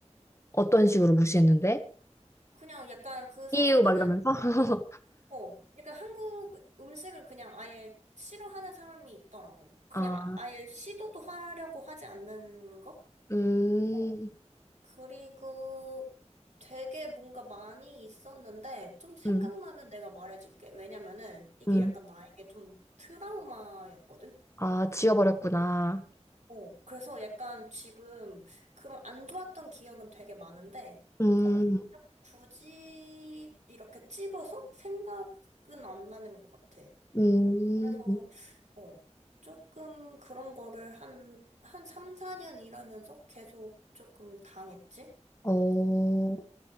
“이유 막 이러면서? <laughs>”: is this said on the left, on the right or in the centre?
Left